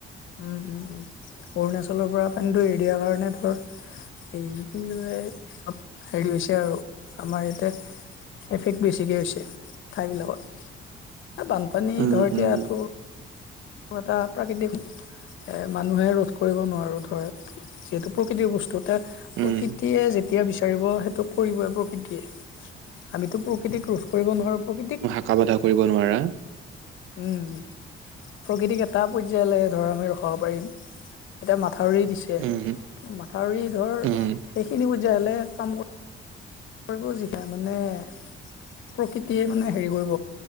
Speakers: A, on the left (about 75°); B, on the right (about 85°).
A: উম, উম, উম, অৰুণাচলৰ পৰা পানীতটো এৰি দিয়া কাৰণে, ধৰ এই কি বুলি কয়, হেৰি হৈছে আৰু আমাৰ ইয়াতে এফেক্ট বেছিকে হৈছে, ঠাই বিলাকত বানপানী
B: উম
A: ধৰ এতিয়া
B: উম
A: তোৰ এটা প্ৰাকৃতিক এ মানুহে ৰোধ কৰিব নোৱাৰো ধৰ। যিহেতু, প্ৰকৃতিৰ বস্তু এটা প্ৰকৃতিয়ে
B: উম
A: যেতিয়া বিচাৰিব সেইটো কৰিবই প্ৰকৃতিয়ে। আমিতো প্ৰকৃতিক ৰোধ কৰিব নোৱাৰো, প্ৰকৃতিক
B: কাক বাধা কৰিব নোৱাৰ?
A: উম, প্ৰকৃতিক এটা পৰ্যায়লৈ ধৰ আমি ৰখাব পাৰিম। এতিয়া মাথাউৰি দিছে,
B: উম
A: কিন্তু মাথাউৰি ধৰ
B: উম
A: সেইখিনি প্ৰযাইলে কাম কৰিব যিষা মানে প্ৰকৃতিয়ে মানে হেৰি কৰিব।